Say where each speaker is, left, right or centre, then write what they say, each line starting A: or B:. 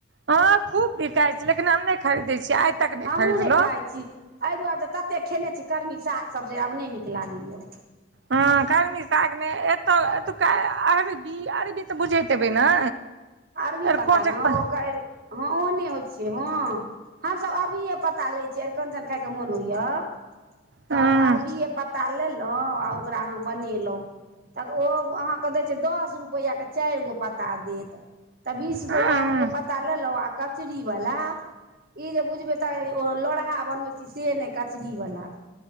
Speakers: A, on the right; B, on the right.
A: हँ खूब बिका छै लेकिन हम नहि खरीदै छियै तक
B: हमहूँ
A: खरीदलहुँ
B: नहि खाइत छी एहि दुआरे जे ततेक खेने छी कर्मी सागसभ जे आब नहि नीक लागैए।
A: ह कर्मी सागमे एत एतुका अरबी अरबी त बुझैत एबै ने
B: अरबी
A: अरकोचक
B: पता ने
A: पर
B: ओकर ह ओने होइ छियै हँ हमस अरबी पता ले छिये आर कनचन खााय के मोन होइया तऽ
A: हँ
B: अरबिए पत्ता लेलहुँ आ ओकरा अहाँ बनेलहुँ त ओ अहाँ दय छै दस रुपआ के चारि गो पता देत तऽ बीस गो
A: हँ
B: आठ गो पता लेलहुँ कचरी वाला ई जे बुझबै तऽ ओ लोढ़हा बनबै छी से नहि कचरी वाला